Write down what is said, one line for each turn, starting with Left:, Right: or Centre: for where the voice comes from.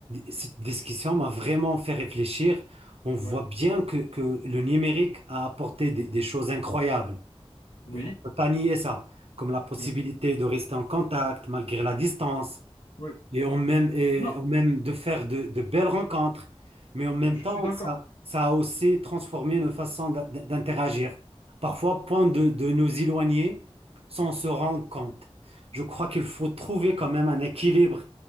Right: cette discussion m'a vraiment fait réfléchir. On voit
Left: Ouais.
Right: bien que, que le numérique a apporté des, des
Left: Mm.
Right: choses incroyables.
Left: Oui.
Right: On ne peut pas nier ça, comme la possibilité
Left: Ouais.
Right: de rester en contact malgré la distance,
Left: Oui.
Right: et on même, et
Left: Non,
Right: on même de faire de, de belles rencontres, mais en même
Left: je
Right: temps,
Left: suis d'accord
Right: ça, ça a aussi transformé nos façons d'in- d'interagir. Parfois, point de, de nous éloigner sans se rendre compte. Je crois qu'il faut trouver quand même un équilibre,